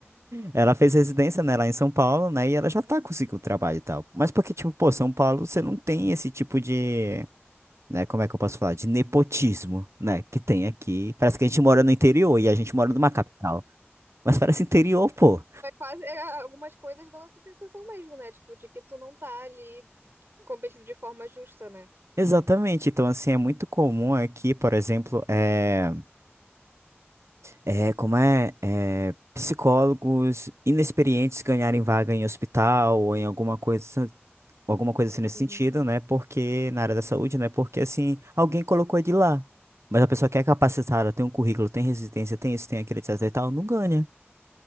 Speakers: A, on the right; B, on the right.
A: Ela fez residência, né, lá em São Paulo, né? E ela já tá conseguindo trabalho e tal. Mas porque, tipo, pô, São Paulo, você não tem esse tipo de. né? Como é que eu posso falar? De nepotismo, né? Que tem aqui. Parece que a gente mora no interior e a gente mora numa capital. Mas parece interior, pô.
B: É quase, é, algumas coisas dão essa sensação mesmo, né? Tipo, de que tu não tá ali competindo de forma justa, né?
A: Exatamente. Então, assim, é muito comum aqui, por exemplo, é, é como é, é psicólogos inexperientes ganharem vaga em hospital ou em alguma coisa, alguma coisa assim nesse
B: Sim.
A: sentido, né? Porque na área da saúde, né? Porque assim, alguém colocou ele lá. Mas a pessoa que é capacitada, tem um currículo, tem resistência, tem isso, tem aquilo, etc e tal, não ganha.